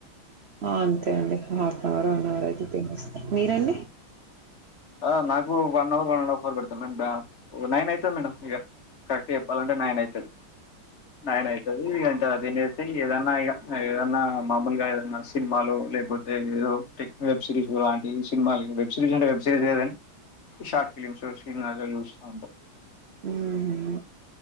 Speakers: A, on the right; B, on the left.
A: ఆ అంతే అండి half an hour one hour అయితే తినేస్తారు మీరండి
B: ఆ నాకు వన్ ఫర్ బడతు మ బ నైన్ అవుతుతే మ కరెక్ట్ చెప్పాలంటే నైన్ అయితది నైన్ అయితది అదినేసి ఏదన్నా ఇక ఏదన్నా మామూలుగా ఏదన్నా సినిమాలు లేకపోతే ఏదో వెబ్ సిరీస్ లాంటివి సినిమాలు వెబ్ సిరీస్ అంటే వెబ్ సిరీస్ లేదని షార్ట్ ఫిలిమ్స్ చూస్తా ఉంటారు
A: మ్మ్